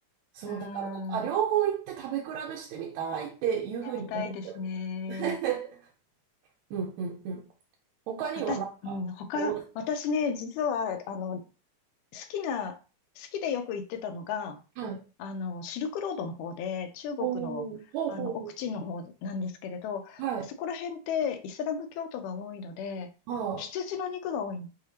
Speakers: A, on the right; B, on the left.
A: そう、
B: うーん。
A: だからなんか、あ、両方行って食べ比べしてみたいっていうふうに思っております。
B: 行ってみたいですね。
A: <laughs> うんうんうん。他にはなんかあります
B: 私、うん、他、私ね、実は、あの、好きな、好きでよく行ってたのが、
A: はい。
B: あの、シルクロードの方で、中国の、
A: おお、ほうほうほ
B: あの、奥地の方なんですけれど、
A: う。はい。
B: あそこら辺ってイスラム教徒が多いので、
A: あ
B: 羊の肉が多い。